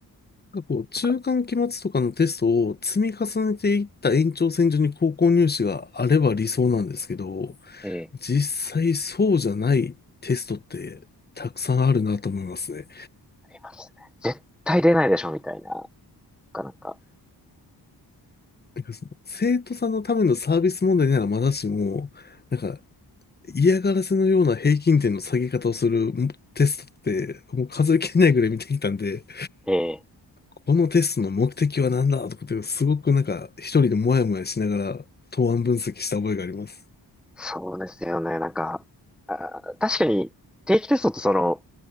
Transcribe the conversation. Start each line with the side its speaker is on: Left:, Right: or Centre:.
Left: なんかこう、中間期末とかのテストを積み重ねていった延長線上に高校入試があれば理想なんですけど、
Centre: なんか、ええ、
Left: 実際そうじゃないテストってたくさんあるなと思いますね。
Centre: ありますね。絶対出ないでしょみたいな、なんかなんか。
Left: なんかその生徒さんのためのサービス問題ならまだしも、なんか嫌がらせのような平均点の下げ方をするテストってもう数えきれないぐらい見てきたんで、
Centre: ええ。
Left: このテストの目的は何だとかってすごくなんか一人でモヤモヤしながら答案分析した覚えがあります。
Centre: そうですよね。なんか、あー、確かに定期テストってその、